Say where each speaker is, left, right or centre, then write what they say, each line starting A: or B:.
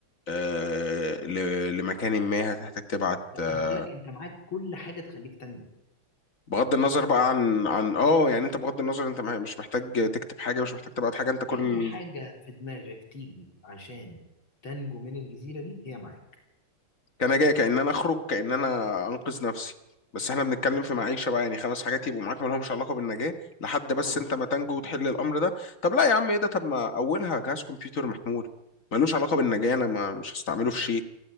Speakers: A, on the left; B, on the left.
A: آه، ل- لمكان ما هتحتاج تبعت
B: لا
A: آه،
B: أنا بقول لك أنت معاك كل حاجة تخليك تنجو
A: بغض النظر بقى عن عن اه يعني انت بغض النظر انت مع- مش محتاج تكتب حاجه مش محتاج تبعت حاجه انت كل
B: أي حاجة في دماغك تيجي عشان تنجو من الجزيرة دي هي معاك
A: كان جاي كان انا اخرج كان انا انقذ نفسي بس احنا بنتكلم في معيشه بقى يعني خمس حاجات يبقوا معاك ما لهمش علاقه بالنجاه لحد بس
B: اه ملوش
A: انت ما تنجو
B: علاقة
A: وتحل الامر ده طب لا يا عم ايه ده طب ما اولها جهاز كمبيوتر محمول ملوش علاقه بالنجاه انا ما مش هستعمله في شيء